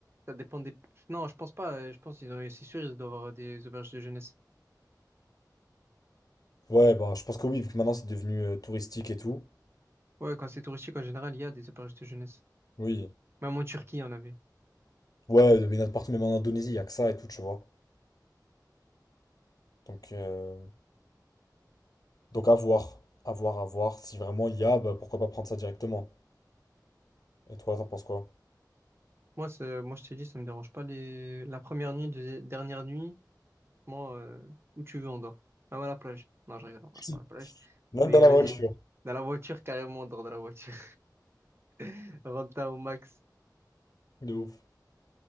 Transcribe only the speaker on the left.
Ouais, bah, je pense que oui, vu que maintenant c'est devenu euh, touristique et tout.
Oui.
Ouais, il y en a de partout, même en Indonésie, il y a que ça et tout, tu vois. Donc, euh, donc à voir. À voir, à voir. Si vraiment il y a, bah, pourquoi pas prendre ça directement. Et toi, t'en penses quoi?
Si.
Même
dans la
voiture.
De ouf.